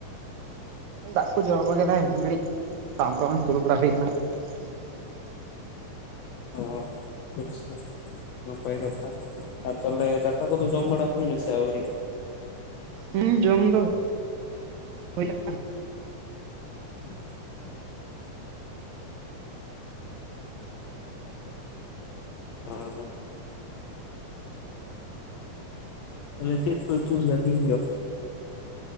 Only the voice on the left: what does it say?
ᱚ ᱟᱪᱷᱟ ᱟᱪᱪᱷᱟ ᱛᱟᱦᱚᱞᱮ ᱱᱟᱯᱟᱭ ᱠᱟᱛᱷᱟ <unintelligible> ᱫᱟᱠᱟ ᱠᱚᱫᱚ ᱡᱚᱢ ᱵᱟᱲᱟ ᱦᱩᱭᱱᱟ ᱥᱮ ᱟᱹᱣᱨᱤ?
<inaudible> ᱦᱮᱞᱳ ᱛᱟᱦᱚᱞᱮ ᱪᱮᱫ ᱠᱚ ᱯᱮ ᱩᱛᱩ ᱞᱮᱫᱟ ᱛᱮᱦᱮᱧ ᱫᱚ